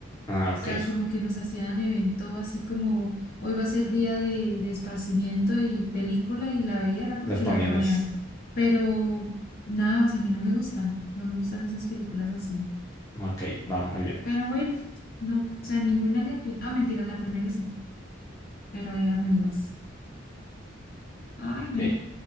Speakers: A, on the left (about 20°); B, on the left (about 50°).
A: Ah,
B: O
A: ok.
B: sea, como que nos hacían evento así como hoy va a ser día de, de esparcimiento y película y la veía era porque
A: Las poníanes.
B: la ponían. Pero nada, o sea, a mí no me gustan, no me gustan esas películas así.
A: Ok, va muy bien.
B: Pero bueno, no, o sea, ninguna le atin- Ah, mentira, la primera sí, pero ahí amelas. Ay,
A: Ok,
B: no.